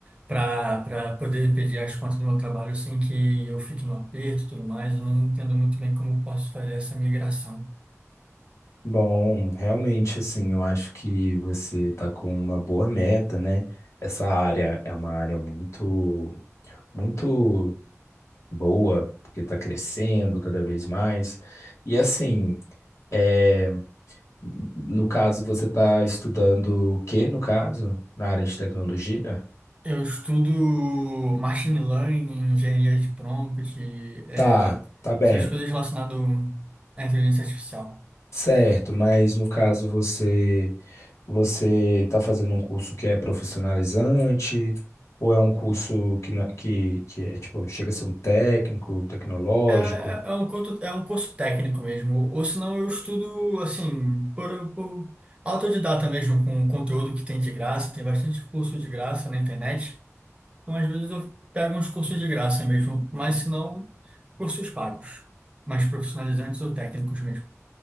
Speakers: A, on the right; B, on the left.
A: para para poder pedir as contas do meu trabalho sem que eu fique no aperto e tudo mais. Eu não entendo muito bem como eu posso fazer essa migração.
B: Bom, realmente, assim, eu acho que você está com uma boa meta, né? Essa área é uma área muito, muito boa, porque está crescendo cada vez mais. E assim, é, no caso, você está estudando o quê, no caso? Na área de tecnologia?
A: Eu estudo machine learning, engenharia de prompt, é,
B: Tá, tá bem.
A: essas coisas relacionadas à inteligência artificial.
B: Certo, mas no caso você você está fazendo um curso que é profissionalizante ou é um curso que, na- que, que é tipo, chega a ser um técnico, tecnológico?
A: É, é, é um curso, é um curso técnico mesmo, ou senão eu estudo assim, por, por autodidata mesmo, com conteúdo que tem de graça, tem bastante curso de graça na internet. Então, às vezes eu pego uns cursos de graça mesmo, mas se não, cursos pagos, mais profissionalizantes ou técnicos mesmo,